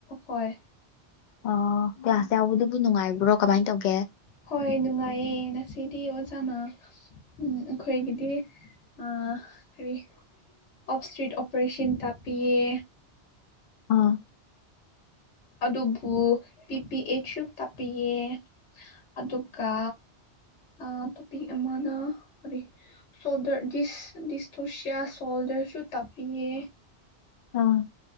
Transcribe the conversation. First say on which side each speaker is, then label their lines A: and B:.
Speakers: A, on the left; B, on the left.
A: ꯍꯣꯏ
B: ꯑꯣ ꯀ꯭ꯂꯥꯁ ꯌꯥꯎꯕꯗꯨꯕꯨ ꯅꯨꯡꯉꯥꯏꯕ꯭ꯔꯣ ꯀꯃꯥꯏꯅ ꯇꯧꯒꯦ
A: ꯍꯣꯏ ꯅꯨꯡꯉꯥꯏꯌꯦ ꯉꯁꯤꯗꯤ ꯑꯣꯖꯥꯅ ꯎꯝ ꯑꯩꯈꯣꯏꯒꯤꯗꯤ ꯑ ꯀꯔꯤ ꯑꯣꯞ ꯏꯁꯇ꯭ꯔꯤꯠ ꯑꯣꯄꯔꯦꯁꯟ ꯇꯥꯛꯄꯤꯌꯦ
B: ꯑꯥ
A: ꯑꯗꯨꯕꯨ ꯄꯤꯄꯤꯑꯦꯛ ꯇꯥꯛꯄꯤꯌ‌ꯦ ꯑꯗꯨꯒ ꯑꯥ ꯇꯣꯄꯤꯛ ꯑꯃꯅ ꯀꯔꯤ ꯁꯣꯜꯗꯔ ꯗꯤꯁ ꯗꯤꯁꯇꯣꯁꯤꯌꯥ ꯁꯣꯜꯗꯔꯁꯨ ꯇꯥꯛꯄꯤꯌꯦ
B: ꯑꯥ